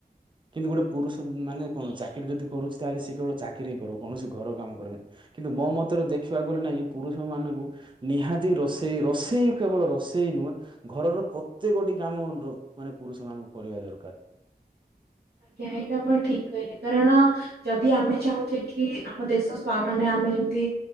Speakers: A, on the right (about 30°); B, on the right (about 75°).
A: କିନ୍ତୁ ଗୋଟେ ପୁରୁଷ ମାନେ କଣ ଚାକିରି ଯଦି କରୁଛି ତାହେଲେ ସେ କେବଳ ଚାକିରି ହିଁ କରବ କୌଣସି ଘର କାମ କରିବନି କିନ୍ତୁ ମୋ ମତରେ ଦେଖିବାକୁ ଗଲେ ନାହିଁ କି ପୁରୁଷ ମାନଙ୍କୁ ନିହାତି ରୋଷେଇ ରୋଷେଇ କେବଳ ରଷେଇ ନୁହେଁ ଘରର ପ୍ରତ୍ୟେକଟି କାମ ମାନେ ପୁରୁଷ ମାନଙ୍କୁ କରିବା ଦରକାର।
B: ଆଜ୍ଞା ଏଇଟା ଆପଣ ଠିକ୍ କହିଲେ କାରଣ ଯଦି ଆମେ ଚାହୁଁଛେ କି ଆମ ଦେଶ ସ୍ୱା ମାନେ ଆମେ ଯେମିତି